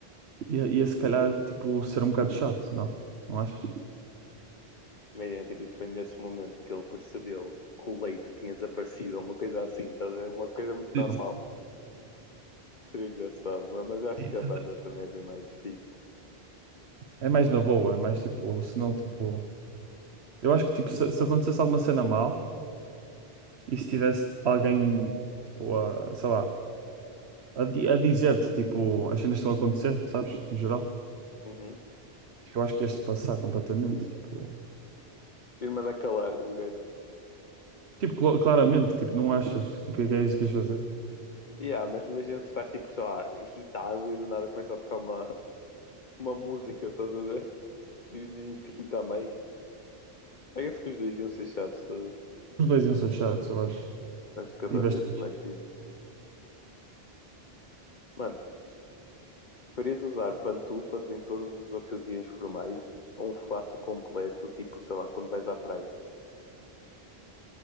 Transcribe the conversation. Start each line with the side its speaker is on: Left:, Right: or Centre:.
Right: Ia, ia se calhar, tipo, ser um bocado chato, não? Não achas?
Left: Mas tipo, e foi nesse momento que ele percebeu que o leite tinha desaparecido, uma coisa assim, estás a ver? Uma coisa muito normal.
Right: Sim,
Left: Seria engraçado, mas mas eu acho
Right: sim.
Left: que a banda também é bem mais fixe.
Right: É mais na boa, é mais tipo, se não, tipo. Eu acho que, tipo, se, se acontecesse alguma cena mal e se tivesse alguém, tipo, a, sei lá, a, di- a dizer-te, tipo, as cenas que estão a acontecer, sabes? No geral.
Left: Uhum.
Right: Tipo, eu acho que ias-te passar completamente, tipo.
Left: Irmã da Calar, o gajo.
Right: Tipo, cla- claramente, tipo, não achas? Tipo, é que é isso que ias fazer?
Left: Yeah, mas imagina tu estás tipo, sei lá, irritado e do nada começa a tocar uma, uma música, estás a ver? E nem te irrita mais. Parece que os dois iam ser chatos, estás a ver?
Right: Os dois iam ser chatos, eu acho.
Left: Acho que a banda
Right: E bastante.
Left: ia ser mais fixe. Mano, preferias usar pantufas em todas as ocasiões formais ou um fato completo, tipo, sei lá, quando vais à praia?